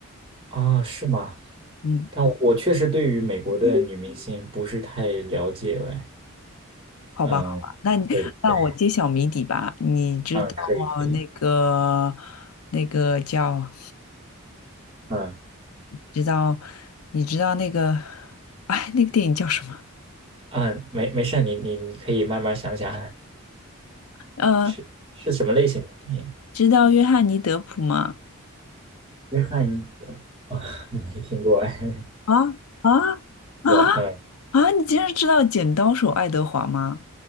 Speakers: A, on the right; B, on the left.
A: 啊，是吗？
B: 嗯。
A: 但我我确实对于美国的女明星不是太了解哎。
B: 好吧，
A: 嗯，
B: 好吧，那你那我揭晓谜底吧。
A: 对对对，
B: 你知道
A: 嗯，可以可以，
B: 那个那个叫，
A: 嗯
B: 知道你知道那个，哎，那个电影叫什么？
A: 嗯，没没事儿你你你可以慢慢想想，
B: 呃，
A: <laughs> 是是什么类型的电影？
B: 知道约翰尼德普吗？
A: 约翰啊，<laughs> 没听过哎，
B: 啊啊啊啊！
A: 我嗯。
B: 你竟然知道剪刀手爱德华吗？